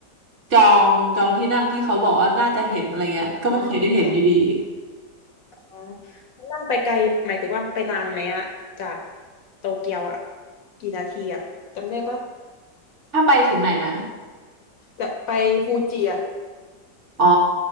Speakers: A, on the right; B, on the left.
A: จองจองที่นั่งที่เขาบอกว่าน่าจะเห็นอะไรเงี้ย
B: อ่าอ่า
A: ก็ไม่เคยได้เห็นอยู่ดี
B: อ่ามันนั่งไปไกลหมายถึงว่าไปนานไหมอะจากโตเกียวอะกี่นาทีอะจำได้ปะ
A: <laughs> ถ้าไปถึงไหนนะ
B: จะไปฟูจิอะ
A: อ๋อ